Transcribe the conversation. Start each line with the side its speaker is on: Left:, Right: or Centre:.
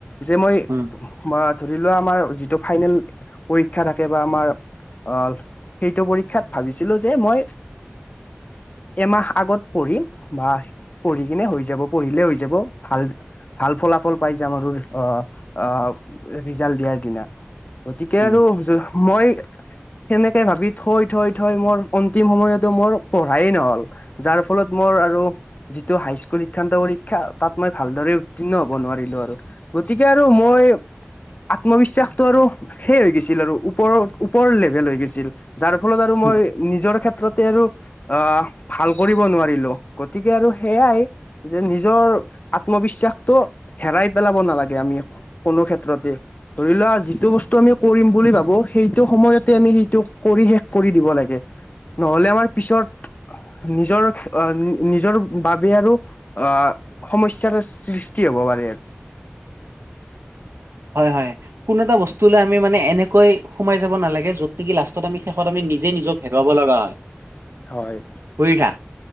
Left: যে মই
Right: উম
Left: ম ধৰি লোৱা আমাৰ যিটো ফাইনেল পৰীক্ষা থাকে বা আমাৰ অ', সেইটো পৰীক্ষাত ভাবিছিলো যে মই
Right: <inaudible>
Left: এমাহ আগত পঢ়ি বা পঢ়ি কিনে হৈ যাব পঢ়িলে হৈ যাব ভাল ভাল ফলাফল পাই যাম আৰু আহ', আহ', ৰিজাল্ট দিয়াৰ দিনা গতিকে
Right: উম
Left: আৰু মই সেনেকে ভাবি থৈ-থৈ- থৈ মোৰ অন্তিম সময়তো মোৰ পঢ়াই নহল যাৰ ফলত মোৰ যিটো হাই স্কুল শিক্ষান্ত পৰীক্ষা তাত মই ভালদৰে উত্তীৰ্ণ হ'ব নোৱাৰিম আৰু গতিকে আৰু মই আত্মবিশ্বাসতটো আৰু সেই হৈ গৈছিল আৰু ওপৰত ওপৰ লেভেল হৈ গৈছিল যাৰ ফলত আৰু
Right: উম,
Left: মই নিজৰ ক্ষেত্ৰত ক্ষেত্ৰতে আৰু আহ, ভাল কৰিব নোৱাৰিলো গতিকে আৰু সেইয়াই যে নিজৰ আত্মবিশ্বাসটো হেৰাই পেলাব নালাগে আমি কোনো ক্ষেত্ৰতে ধৰি লোৱা যিটো বস্তু আমি কৰিম বুলি ভাবো সেইটো সময়তে আমি সেইটো কৰি শেষ কৰি দিব লাগে নহলে আমাৰ পিছত নিজৰ-নিজৰ বাবে আৰু আহ, সমস্যাৰ সৃষ্টি হ'ব পাৰে আৰু
Right: হয়-হয় কোনো এটা বস্তু ল আমি মানে এনেকৈ সোমাই যাব নালাগে যত নেকি লাষ্টত আমি, শেষত আমি নিজে নিজক হেৰুৱাব লগা হয়
Left: হয়
Right: ফুঠা